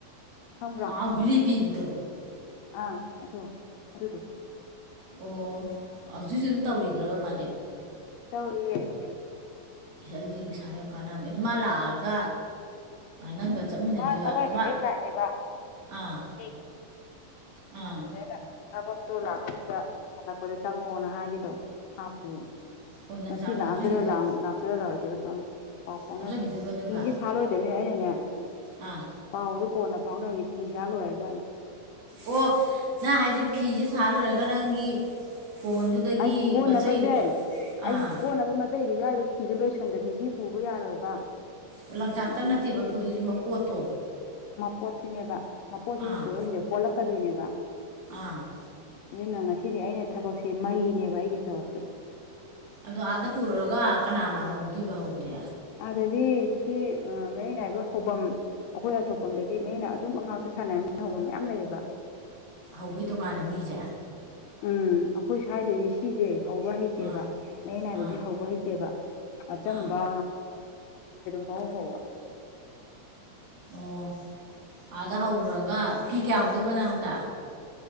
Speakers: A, on the left; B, on the right.
A: ꯈꯪꯕ꯭ꯔꯥ
B: ꯑꯥ ꯒꯂꯤ ꯄꯤꯕꯗꯣ
A: ꯑꯥ ꯑꯗꯣ ꯑꯗꯨꯔꯗꯤ
B: ꯑꯣ ꯍꯧꯖꯤꯛ ꯍꯧꯖꯤꯛ ꯑꯗꯨꯝ ꯇꯧꯔꯤꯕ꯭ꯔꯕ ꯃꯥꯗꯤꯦꯝ
A: ꯦ
B: ꯁ ꯑꯗꯨꯗꯤ ꯄꯩꯁꯥꯗ ꯌꯥꯝ ꯀꯥꯟꯔꯅꯤ ꯑꯗꯨ ꯃꯥ ꯂꯥꯛꯑꯒ ꯅꯪꯒ ꯆꯠꯃꯤꯟꯅꯗꯣꯏꯕ
A: ꯃꯥ ꯊꯕꯛ ꯍꯦꯛ
B: ꯃꯥ
A: ꯍꯦꯛ ꯂꯥꯛꯑꯦꯕ
B: ꯑꯥ
A: ꯅꯨꯡꯇꯦꯛꯒꯤ
B: ꯑꯥ
A: ꯑꯗ ꯑꯩꯅ ꯊꯕꯛꯇꯨ ꯂꯥꯛꯄꯗꯨꯗ ꯍꯜꯂꯛꯄꯗ ꯆꯪꯉꯣꯅ ꯍꯥꯏꯒꯦ ꯇꯧꯕ ꯍꯥꯞꯀꯦꯅꯦ
B: ꯑꯣ ꯂꯪꯆꯥꯛꯇꯣ
A: ꯉ ꯂꯥꯛꯑꯗꯣꯏꯔꯥ
B: ꯍꯥꯞꯆꯤꯟꯈꯤꯗꯣꯏ
A: ꯂ ꯂꯥꯛꯇꯣꯏꯔꯥ ꯂꯑꯣꯏꯗꯣꯏꯔꯥ ꯈꯪꯗꯦ ꯄꯥꯎ ꯐꯥꯎꯅꯗ꯭ꯔꯤ
B: ꯍꯥꯞꯆꯤꯟꯈꯤꯗꯣꯏꯕ ꯑꯗꯨꯒ
A: ꯐꯤꯁꯦ ꯁꯥꯜꯂꯣꯏꯗꯕꯅꯦ ꯑꯩꯅꯅꯦ
B: ꯑꯥ
A: ꯄꯥꯎꯗ ꯀꯣꯟꯅ ꯐꯥꯎꯅꯒꯤ ꯐꯤꯁꯥ ꯂꯣꯏꯔꯒꯅ
B: ꯑꯣ ꯅꯪ ꯍꯥꯏꯁꯦ ꯐꯤꯁꯦ ꯁꯥꯍ ꯂꯣꯏꯔꯒ ꯅꯪꯒꯤ ꯀꯣꯟꯗꯨꯗꯒꯤ
A: ꯑꯩꯒꯤ ꯀꯣꯟꯅꯕꯁꯦ
B: ꯃꯆꯩꯗꯣ
A: ꯑꯩꯒꯤ
B: ꯑꯥ
A: ꯀꯣꯟꯅꯕ ꯃꯆꯩꯗ ꯌꯥꯎꯔꯤꯕ ꯐꯤꯤꯁꯦ ꯂꯣꯏꯁꯟꯗ꯭ꯔꯗꯤ ꯁꯤ ꯄꯨꯕ ꯌꯥꯔꯣꯏꯕ
B: ꯑꯣ ꯂꯥꯡꯆꯥꯛꯇꯪ
A: ꯑꯗꯨꯅ ꯃꯁꯤ
B: ꯅꯠꯇꯦꯕ ꯄꯨꯗꯣꯏꯁꯦ ꯃꯀꯣꯠꯇꯣ
A: ꯄꯣꯠꯁꯤꯅꯦꯕ ꯃꯄꯣꯠꯁꯤꯁꯨ
B: ꯑꯥ
A: ꯄꯨꯔꯛꯁꯤꯗ ꯀꯣꯜꯂꯛꯀꯗꯣꯏꯅꯦꯕ
B: ꯑꯥ <unintelligible>
A: ꯑꯗꯨꯅ ꯉꯁꯤꯗꯤ ꯑꯩꯅ ꯊꯕꯛꯁꯦ ꯃꯩꯅꯦꯕ ꯑꯩꯒꯤ ꯊꯕꯛꯁꯦ
B: ꯑꯗꯣ ꯑꯥꯗ ꯄꯨꯔꯨꯔꯒ ꯀꯅꯥꯅ ꯍꯧꯗꯣꯏꯕ ꯍꯧꯗꯦ
A: ꯑꯗꯨꯗꯗꯤ ꯁꯤ ꯃꯌꯥꯏ ꯅꯥꯏꯕ ꯍꯐꯝ ꯑꯩꯈꯣꯏ ꯑꯊꯣꯛꯄꯝꯗꯗꯤ ꯅꯣꯏꯅ ꯑꯗꯨꯝꯉꯥꯛꯇ ꯁꯥꯟꯅꯅꯤ ꯍꯧꯕ ꯃꯌꯥꯝ ꯂꯩꯌꯦꯕ
B: ꯍꯧꯕꯩ ꯇꯣꯉꯥꯟꯅ ꯃꯤꯁꯦ
A: ꯎꯝ ꯑꯩꯈꯣꯏ ꯁ꯭ꯋꯥꯏꯗꯗꯤ ꯁꯤꯁꯦ ꯍꯧꯕ ꯍꯩꯇꯦꯕ
B: ꯑꯥ
A: ꯃꯩ ꯅꯥꯏꯕꯁꯦ
B: ꯑꯥ
A: ꯍꯧꯕ ꯍꯩꯇꯦꯕ ꯑꯆꯝꯕ
B: ꯑꯥ
A: ꯕꯥꯎ ꯍ ꯋꯥ
B: ꯑꯣ ꯑꯥꯗ ꯍꯧꯔꯨꯔꯒ ꯐꯤ ꯀꯌꯥ ꯍꯧꯗꯣꯏꯕꯅ ꯍꯟꯛ ꯇ